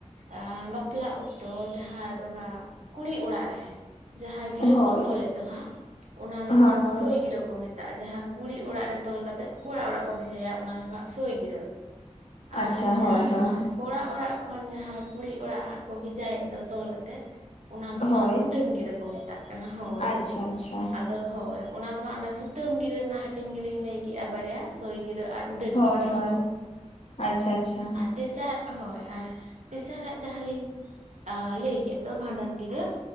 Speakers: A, on the right; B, on the left.
A: ᱮᱸ ᱵᱟᱯᱞᱟ ᱚᱠᱛᱚ ᱡᱟᱦᱟᱸ ᱫᱚ ᱦᱟᱸᱜ ᱠᱩᱲᱤ ᱚᱲᱟᱜ ᱨᱮ᱾ ᱡᱟᱦᱟᱸ ᱜᱤᱨᱟᱹ
B: ᱦᱳᱭ
A: ᱠᱚ ᱛᱚᱞᱮᱫ ᱫᱚ ᱦᱟᱸᱜ ᱚᱱᱟ ᱫᱚ
B: ᱦᱳᱭ
A: ᱦᱟᱸᱜ
B: ᱦᱳᱭ
A: ᱥᱳᱭ ᱜᱤᱨᱟᱹ ᱠᱚ ᱢᱮᱛ ᱛᱟᱜᱼᱟ᱾ ᱡᱟᱦᱟᱸ ᱠᱩᱲᱤ ᱚᱲᱟᱜ ᱨᱮ ᱛᱚᱞ ᱠᱟᱛᱮᱫ ᱠᱚᱲᱟ ᱚᱲᱟᱜ ᱠᱚ ᱵᱷᱮᱡᱟᱭᱟ ᱚᱱᱟ ᱫᱚ ᱦᱟᱸᱜ ᱥᱳᱭ ᱜᱤᱨᱟᱹ᱾
B: ᱟᱪᱪᱷᱟ
A: ᱟᱨ ᱡᱟᱦᱟᱸ
B: ᱦᱳᱭ
A: ᱫᱚ
B: ᱦᱳᱭ᱾
A: ᱦᱟᱸᱜ ᱠᱚᱲᱟ ᱚᱲᱟᱜ ᱠᱷᱚᱱ ᱡᱟᱦᱟᱸᱭ ᱠᱩᱲᱤ ᱚᱲᱟᱜ ᱦᱟᱸᱜ ᱠᱚ ᱵᱷᱮᱡᱟᱭᱮᱫ ᱫᱚ ᱛᱚᱞ ᱠᱟᱛᱮ᱾ ᱚᱱᱟ ᱫᱚ
B: ᱦᱳᱭ
A: ᱦᱟᱸᱜ ᱩᱰᱟᱹᱱ ᱜᱤᱨᱟᱹ ᱠᱚ ᱢᱮᱛᱟᱜ ᱠᱟᱱᱟ ᱦᱳᱭ
B: ᱟᱪᱪᱷᱟ
A: ᱦᱚ
B: ᱟᱪᱪᱷᱟ
A: ᱟᱫᱚ ᱦᱳᱭ ᱚᱱᱟ ᱫᱚ ᱦᱟᱸᱜ ᱚᱱᱟ ᱥᱩᱫ ᱛᱟᱹᱢ ᱜᱤᱨᱟᱹ ᱨᱮᱱᱟᱜ ᱦᱟᱹᱴᱤᱧ ᱜᱤᱞᱤᱧ ᱞᱟᱹᱭ ᱠᱮᱫ-ᱟ ᱵᱟᱨᱭᱟ ᱥᱳᱭ ᱜᱤᱨᱟᱹ ᱟᱨ ᱩᱰᱟᱹᱱ
B: ᱦᱳᱭ
A: ᱜᱤᱨᱟᱹ
B: ᱦᱳᱭ
A: ᱫᱚ
B: ᱟᱪᱪᱷᱟ ᱟᱪᱪᱷᱟ
A: ᱛᱮᱥᱟ ᱦᱳᱭ ᱟᱨ ᱛᱮᱥᱟᱨᱟᱜ ᱡᱟᱦᱟᱸ ᱞᱤᱧ ᱟ ᱞᱟᱹᱭ ᱠᱮᱫ ᱫᱚ ᱵᱷᱟᱸᱰᱟᱱ ᱜᱤᱨᱟᱹ